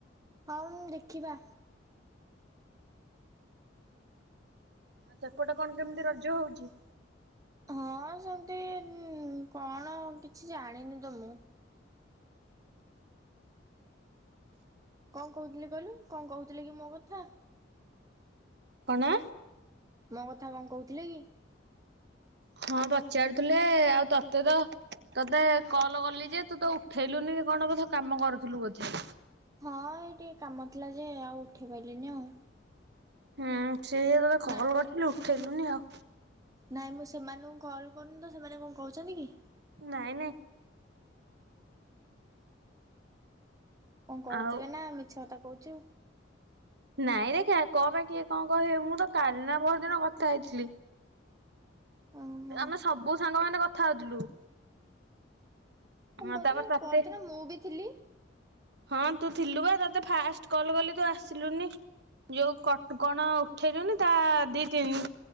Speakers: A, on the right; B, on the right.
A: ହଉ ଦେଖିବା।
B: ସେପଟ କଣ କେମିତି ରଜ ହଉଛି?
A: ହଁ ସେମିତି କଣ କିଛି ଜାଣିନି ତ ମୁଁ। କଣ କହୁଥିଲି କହିଲୁ, କଣ କହୁଥିଲେ କି ମୋ କଥା?
B: କଣ?
A: ମୋ କଥା କଣ କହୁଥିଲେ କି?
B: ହଁ ପଚାରୁଥିଲେ, ଆଉ ତତେ ତ ତୋତେ କଲ କଲି ଯେ ତୁ ତ ଉଠେଇଲୁନି କଣ ବୋଧ କାମ କରୁଥିଲୁ ବୋଧେ।
A: ହଁ ଏ ଟିକେ କାମ ଥିଲା ଯେ ଆଉ ଉଠେଇ ପାରିଲିନି ଆଉ।
B: ହୁଁ ସେୟା ତତେ କଲ୍
A: ନା
B: କରିଥିଲି ଉଠେଇଲୁନି ଆଉ।
A: ନାଇଁ ମୁଁ ସେମାନଙ୍କୁ କଲ୍ କରୁନି ତ ସେମାନେ କଣ କହୁଛନ୍ତି କି?
B: ନାଇଁ ନାଇଁ।
A: କଣ କହୁଥିବେ
B: ଆଉ
A: ନା ମିଛ କଥା କହୁଛୁ।
B: ନାଇଁରେ କଁ ପାଇଁ କିଏ କଣ କହିବ। ମୁଁ ତ କାଲିନା ପରଦିନ କଥା ହେଇଥିଲି।
A: ଓହୋ
B: ଆମେ ସବୁ ସାଙ୍ଗମାନେ କଥା ହଉଥିଲୁ। ହଁ
A: ବୋଧେ
B: ତାପରେ ତତେ
A: ପରଦିନ ମୁଁ ବି ଥିଲି
B: ହଁ ତୁ ଥିଲୁ ବା ତତେ ଫାଷ୍ଟ କଲ କଲି ତୁ ଆସିଲୁନି। ଯୋଉ କଣ ଉଠେଇଲୁନି ତା ଦି ତିନି